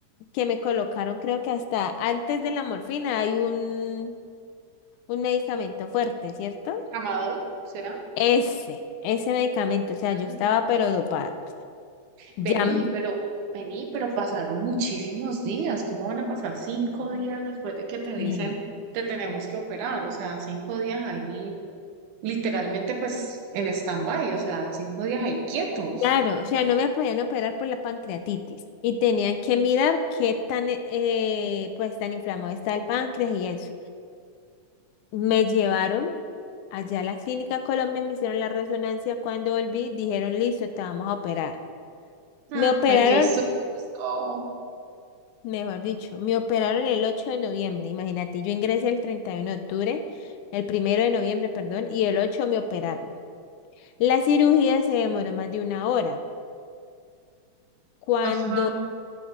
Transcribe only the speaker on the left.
que me colocaron, creo que hasta antes de la morfina hay un, un medicamento fuerte, ¿cierto?
Ese, ese medicamento,
o sea, yo estaba pero dopada. Ya,
mm,
Claro, o sea, no me podían operar por la pancreatitis y tenían que mirar qué tan, eh, eh, pues, tan inflamado está el páncreas y eso. Me llevaron allá a la clínica Colombia, me hicieron la resonancia. Cuando volví, dijeron, listo, te vamos a operar.
Me operaron,
mejor dicho, me operaron el 8 de noviembre. Imagínate, yo ingresé el 31 de octubre, el primero de noviembre, perdón, y el 8 me operaron. La cirugía se demoró más de una hora. Cuando